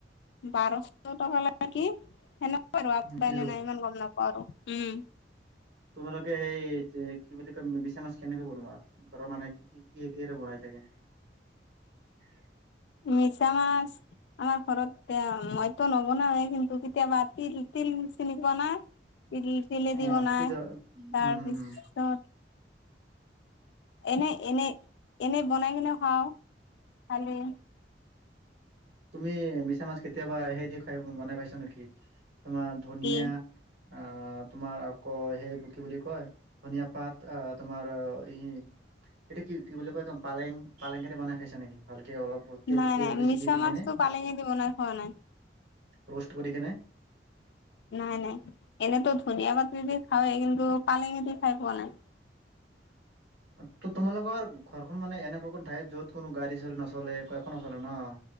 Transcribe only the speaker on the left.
বাৰশ টকা লয় কি। ন পাৰ আ
এনে নাই ইমান গম নাপাও আৰু। উম।
মিছা মাছ। আমাৰ ঘৰত এ মইতো নবনাওঁ কিন্তু কেতিয়াবা তিল তিল। তিল দি বনাই, তেলেদি
বনাই
তাৰপিছত।
এনে এনে, এনে বনাই কেনে খাওঁ খালী
কি
নাই
নাই
মিছা
মাছো
পালেঙি দিব নাই খোৱা নাই।
নাই নাই এনেতো ধুনিয় পাতদি খাওেই কিন্তু পালেঙ দি খাই পোৱা নাই।